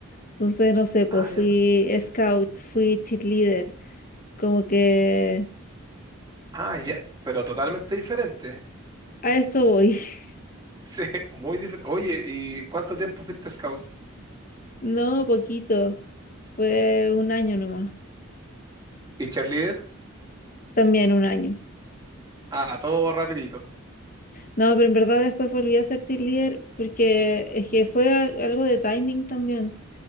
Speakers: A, on the left; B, on the right.
A: Entonces, no sé, pues
B: Ah, ya,
A: fui
B: perfecto.
A: scout, fui cheerleader, como que
B: Ah, ya, pero totalmente diferente. <laughs>
A: a eso voy. <laughs>
B: Sí, muy diferente. Oye, ¿y cuánto tiempo fuiste scout?
A: No, poquito, fue un año nomás,
B: ¿Y cheerleader?
A: también un año.
B: Ah, todo rapidito.
A: No, pero en verdad después volví a ser cheerleader porque es que fue al- algo de timing también.